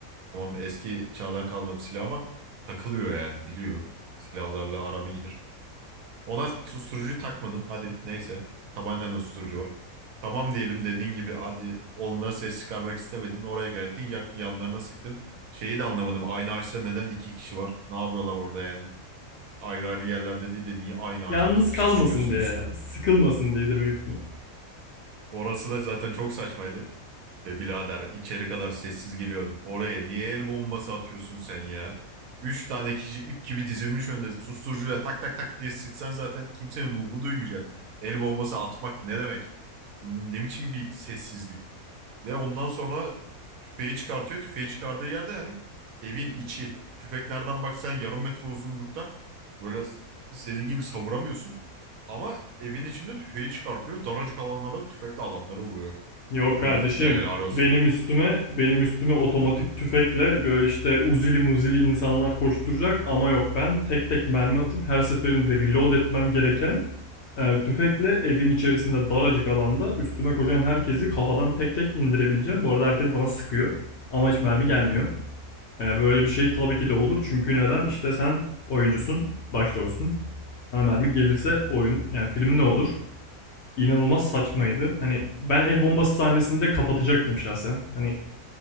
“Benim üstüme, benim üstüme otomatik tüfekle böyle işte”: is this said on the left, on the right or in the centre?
Left